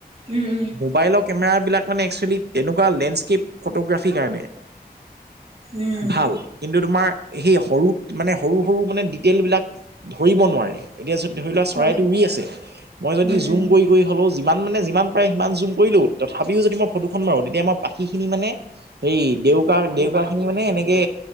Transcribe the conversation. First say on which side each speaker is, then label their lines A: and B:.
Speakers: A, on the right; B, on the right.
A: উম উম
B: মোবাইলক কেমেৰা বিলাক মানে এক্সচোৱেলী তেনেকুৱা লেণ্ডস্কেপ ফটোগ্ৰাফি কাৰণে।
A: উম
B: ভাল কিন্তু তোমাৰ সেই সৰু মানে সৰু সৰু মানে দি- তেলবিলাক ধৰিব নোৱাৰে। এতিয়া যদি ধৰি লোৱা চৰাইটো
A: হয়
B: উই আছে। মই যদি
A: উম
B: জুম
A: উম
B: কৰি কৰি হ'লেও যিমান মানে যিমান পাৰে সিমান জুম কৰি লওঁ তথাপিও যদি মই ফটোখন মাৰো তেতিয়া মই পাখিখিনি মানে সেই দেউকা দেউকা খিনি মানে এনেকে